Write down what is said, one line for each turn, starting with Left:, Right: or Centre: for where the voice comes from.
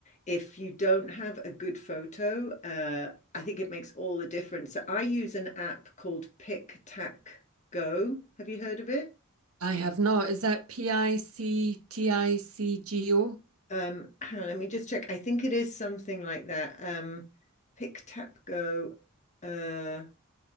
Left: If you don't have a good photo, uh, I think it makes all the difference. So I use an app called Pick Tack Go. Have you heard of it?
Right: I have not. Is that P I C T I C G O?
Left: Um, hang on, let me just check. I think it is something like that. Um, Pick Tap Go. Uh,